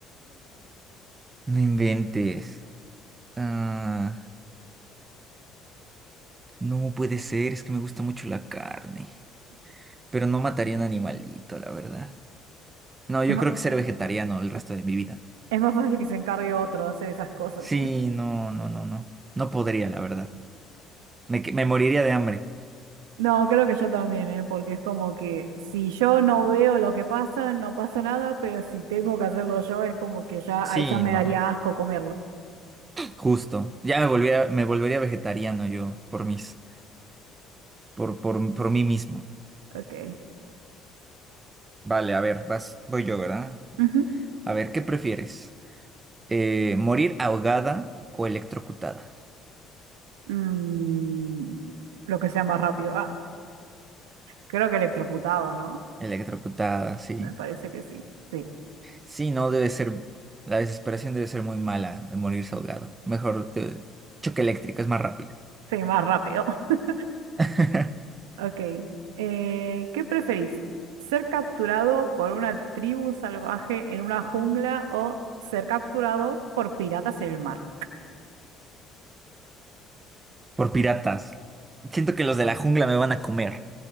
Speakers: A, on the right; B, on the right.
A: No inventes. Ah, no puede ser, es que me gusta mucho la carne. Pero no mataría un animalito, la verdad. No, yo
B: Es más,
A: creo que ser vegetariano el resto de mi vida.
B: es más fácil que se encargue otro de hacer esas cosas.
A: Sí, no, no, no, no. No podría, la verdad. Me, que- me moriría de hambre.
B: No, creo que yo también, ¿eh? Porque es como que si yo no veo lo que pasa, no pasa nada, pero si tengo que hacerlo yo, es como que ya
A: Sí,
B: ahí ya me
A: no.
B: daría asco comerlo.
A: Justo. Ya me volvería, me volvería vegetariano yo por mis, por, por, por mí mismo.
B: Ok.
A: Vale, a ver, vas, voy yo, ¿verdad?
B: Ujú.
A: A ver, ¿qué prefieres? Eh, ¿morir ahogada o electrocutada?
B: Mm, lo que sea más rápido. Ah, creo que electrocutado, ¿no?
A: Electrocutada, sí.
B: Me parece que sí. Sí,
A: Sí, no debe ser, la desesperación debe ser muy mala de morirse ahogado. Mejor te- choque eléctrico, es más rápido.
B: sí, más rápido. <laughs>
A: <laughs>
B: Ok. Eh, ¿qué preferís? ¿Ser capturado por una tribu salvaje en una jungla o ser capturado por piratas en el mar?
A: Por piratas. Siento que los de la jungla me van a comer.